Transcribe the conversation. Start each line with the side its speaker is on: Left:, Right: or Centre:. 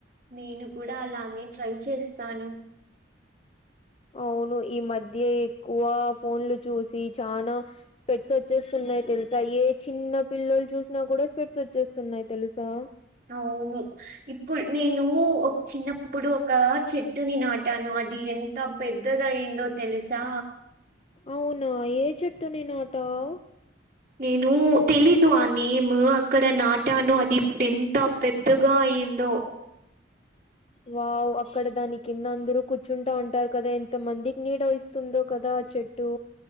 Right: నేను కూడా అలానే ట్రై చేస్తాను
Left: అవును ఈ మధ్య ఎక్కువ ఫోన్లు చూసి చానా స్పెట్స్ వచ్చేస్తున్నాయి తెలుసా ఏ చిన్న పిల్లలు చూసినా కూడా స్పెట్స్ వచ్చేస్తున్నాయి తెలుసా
Right: అవును ఇప్పుడు నేను ఒక చిన్నప్పుడు ఒక చెట్టుని నాటాను అది ఎన్ ఎంత పెద్దదయ్యిందో తెలుసా
Left: అవును ఏ చెట్టుని నాటావు
Right: నేను తెలీదు ఆ నేమ్ అక్కడ నాటాను అది ఇప్పుడు ఎంత పెద్దగా అయ్యిందో
Left: వావ్ అక్కడ దాని కింద అందరూ కూర్చుంటా ఉంటారు కదా ఎంత మందికి నీడ ఇస్ తుందో కదా ఆ చెట్టు